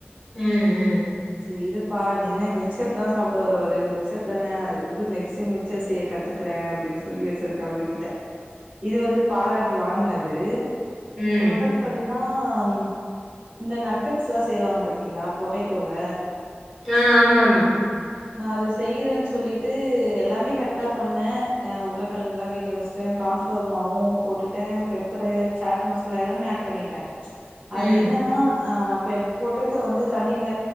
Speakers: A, in the centre; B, on the right.
A: ம் ம்
B: செரி இருப்பா நீ என்ன மிக்ச்சர் தா சாப்டுவாரு மிக்ச்சர் தான உடு நெக்ஸ்ட் டைம் மிக்ச்சர் செய்ய கத்துக்றே ஆ அப்டின் சொல்லி வச்சுருக்க அவருகிட்ட இது வந்து பாராட்டு வாங்னது
A: ம்
B: சொதப்பல் ஆம் இந்த நகட்ஸ் எல்லா செய்வாங்க பாத்தீங்களா பொட்டேட்டோல
A: ஆ ஆமாம்மா
B: நா அத செய்யறேன்னு சொல்லிட்டு எல்லாமே கரெக்டா பண்ணே ஆ உருளகிழங்களா வேக வச்ட்டே கார்ன்ஃப்ளவர் மாவு போட்டுட்டே பெப்பரு சாட் மசாலா எல்லாமே ஆட் பண்ணிட்டே அது
A: ம்
B: என்னன்னா அ பெப் பொட்டேட்டோ வந்து தண்ணியில